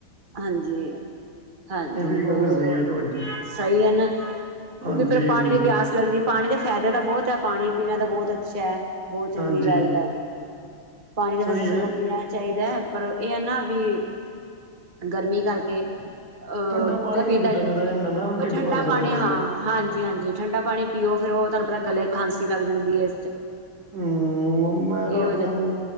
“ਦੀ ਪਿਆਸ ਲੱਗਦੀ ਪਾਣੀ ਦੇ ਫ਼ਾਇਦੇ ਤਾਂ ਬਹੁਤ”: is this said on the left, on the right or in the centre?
Right